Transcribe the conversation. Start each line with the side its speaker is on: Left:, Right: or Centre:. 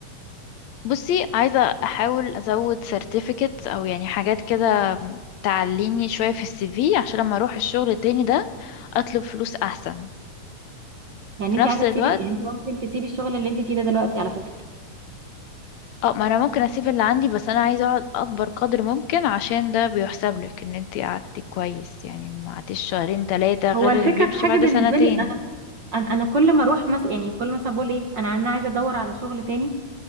Left: بصي عايزة أحاول أزود سيرتيفيكت أو يعني حاجات كده تعليني شوية في السي في عشان لما أروح الشغل التاني ده أطلب فلوس أحسن
Right: يعني
Left: في
Right: انت
Left: نفس
Right: عايزه
Left: الوقت
Right: تسيبي يعني انت ممكن تسيبي الشغل اللي انت فيه ده دلوقتي على فكره
Left: اه ما انا ممكن اسيب اللي عندي بس انا عايزه اقعد اكبر قدر ممكن عشان ده بيحسب لك ان انت قعدتي كويس يعني ما قعدتيش شهرين ثلاثه غير
Right: هو الفكره
Left: اللي بيمشي
Right: في حاجه
Left: بعد
Right: بالنسبه
Left: سنتين
Right: لي انا انا أنا كل ما اروح مثلا يعني كل مثلا بقول ايه انا انا عايزه ادور على شغل تاني